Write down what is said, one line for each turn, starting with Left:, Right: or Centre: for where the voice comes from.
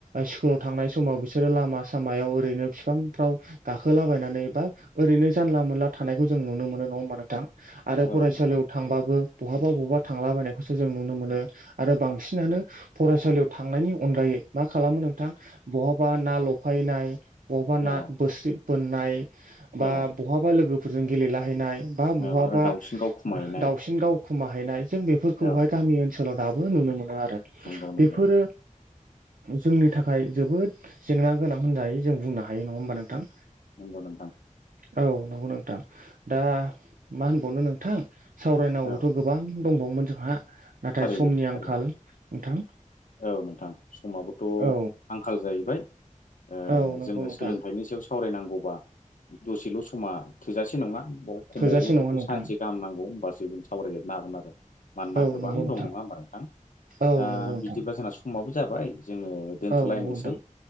Right: स्कुलाव थांनाय समाव बिसोरो लामा सामायाव ओरैनो फिफांफ्राव गाखोलाबायनानै बा ओरैनो जानला मोनला थानायखौ जों नुनो मोनो नंङा होमब नोंथां आरो
Left: औ
Right: फरायसालियाव
Left: नोंथां
Right: थांबाबो बहाबा बहाबा थांलाबायनायखौसो जों नुनो मोनो आरो बांसिनानो फरायसालियाव थांनायनि अनगायै मा खालामो नोंथां बहाबा ना लफायनाय बहाबा
Left: औ
Right: ना बोस्रि बोननाय बा
Left: औ
Right: बहाबा लोगोफोरजों गेलेलाहैनाय बा बहाबा
Left: औ आरो दाउसिन गाव खमायनाय
Right: दावसिन दाव खमाहैनाय जों बेफोरखौहाय
Left: औ
Right: गामि ओनसोलाव दाबो नुनो मोनो आरो
Left: नंगौ नंगौ
Right: बेफोरो जोंनि थाखाय जोबोद जेंना गोनां होनजायो जों बुंनो हायो नंङा होमबा नोंथां
Left: नंगौ नोंथां
Right: औ नंगौ नोंथां दा मा होनबावनो नोंथां सावरायनांगौथ'
Left: औ
Right: गोबां दंबावोमोन जोंहा नाथाय
Left: थारैनो
Right: समनि
Left: थारैनो
Right: आंखाल नोंथां
Left: औ नोंथां समाबोथ'
Right: औ
Left: आंखाल जाहैबाय ओ
Right: औ नंगौ
Left: जोंङो
Right: नोंथां
Left: सोलोंथाइनि सायाव सावरायनांगौबा दसेल समा थोजासे नंङा खम समावबो
Right: थोजासे नङा
Left: बेखौ
Right: नोंथां
Left: सानसे गाहामनांगौ होनबासो जों सावरायजोबनो हागोन आरो मानोना
Right: औ
Left: गोबां
Right: नंगौ नोंथां
Left: दं नंङा होमबार नोंथां
Right: औ
Left: दा
Right: नंगौ नोंथां
Left: बिदिब्ला जोंना समाबबो जाबाय जोंङो दोन्थ'लायनोसै
Right: औ नंगौ नोंथां